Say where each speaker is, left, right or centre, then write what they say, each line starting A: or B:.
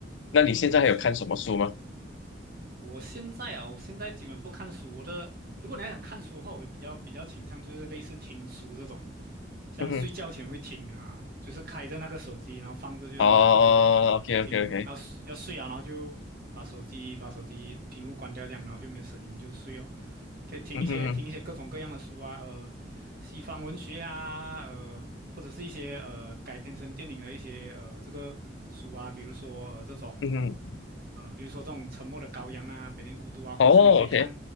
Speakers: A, on the left; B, on the right.
A: 那你现在还有看什么书吗？
B: 还是还我现在啊，我现在基本不看书。我的，如果你要想看书的话，我会比较比较倾向就是类似听书这种，像睡觉前会听啊，
A: 嗯哼，
B: 就是开着那个手机，然后放着就这样躺着，
A: 哦，OK
B: 然后听，
A: OK OK，
B: 要睡要睡啊，然后就把手机把手机屏幕关掉这样，然后就没有声音就睡哦。可以听一些听一些各种各样的书啊，
A: 嗯哼
B: 呃。西方文学啊，呃，或者是一些呃改编成电影的一些呃这个书啊，比如说呃这种
A: 嗯哼。
B: 呃比如说这种《沉默的羔羊》啊，《百年孤独》啊，或者是你可以看
A: 哦，OK，